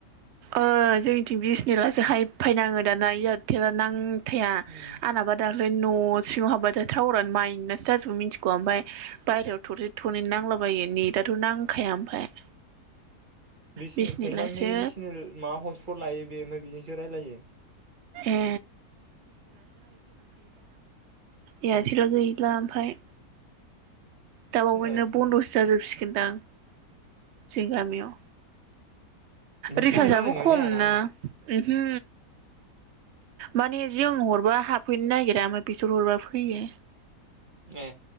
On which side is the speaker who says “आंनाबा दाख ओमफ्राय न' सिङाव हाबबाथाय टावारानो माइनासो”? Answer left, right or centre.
Right